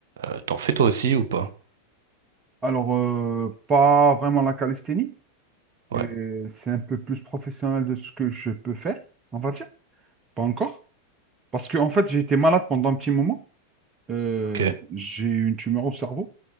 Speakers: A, on the right (about 60°); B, on the right (about 20°).
A: Euh, t'en fais toi aussi ou pas?
B: Alors, euh, pas vraiment la calisthénie.
A: Ouais,
B: et C'est un peu plus professionnel de ce que je peux faire, on va dire. Pas encore. Parce que, en fait, j'ai été malade pendant un petit moment. Euh,
A: ok.
B: j'ai eu une tumeur au cerveau